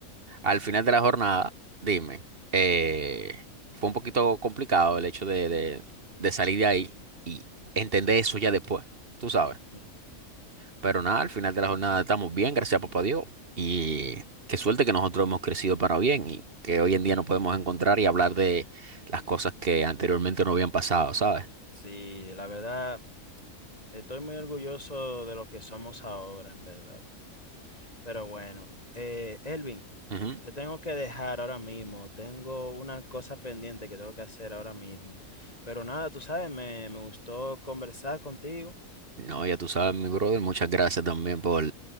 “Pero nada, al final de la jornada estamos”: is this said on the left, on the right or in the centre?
Right